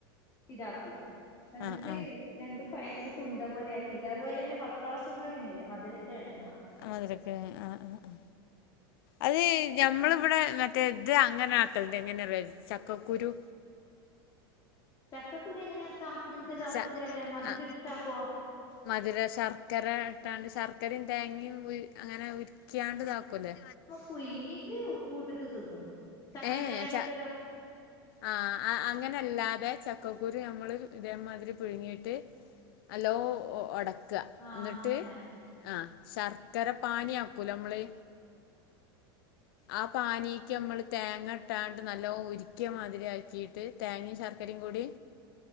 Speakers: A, on the left; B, on the left.
A: ഇതാക്കൂ എന്നിട്ട്
B: ആ ആ
A: രണ്ടും കുഴച്ചിട്ട് ഉണ്ട പോലെ ആക്കിയിട്ട് അതുപോലെ തന്നെ വത്താസന്ന് അറുന്നില്ല മധുരൊക്കെ കെഴങ്
B: മധുരകെഴങ്ങ്‌ ആ ആ അത് ഞമ്മളിവിടെ മറ്റേ ഇത് അങ്ങനെ ആക്കല്ണ്ട് എങ്ങനെ റിയോ ചക്കക്കുരു
A: ചക്കക്കുരുഎങ്ങനെയ ആക്ക അങ്ങനത്തെ ഇതാക്കൂലല്ലേ
B: ച
A: മതിര
B: ആ
A: ഇട്ടിട്ടാക്കുവോ
B: മധുര ശർക്കര ഇട്ടാണ്ട് ശർക്കരയും തേങ്ങയും അങ്ങനെ ഉരിക്കാണ്ട്താക്കുല്ലേ
A: പുയങ്ങിയിട്ട് ഉപ്പ് ഇട്ടിട്ട് തിന്നും കട്ടൻ
B: ഏ
A: ചായന്റെപ്പരം
B: ഏ ച ആ അങ്ങനെല്ലാതെ ചക്കക്കുരു നമ്മള് ഇതേമാതിരി പിഴുങ്ങിട്ട് നല്ലോ ഒടക് ക്കുക
A: ആ
B: എന്നിട്ട്
A: അങ്ങനാ
B: ആ ശർക്കര പാനിയ ആക്കൂല നമ്മള് ആ പാനീക്ക് നമ്മള് തേങ്ങ ഇട്ടാണ്ട് നല്ല ഉര്ക്കിയ മാതിരി ആക്കിയിട്ട് തേങ്ങയും ശർക്കരയും കൂടി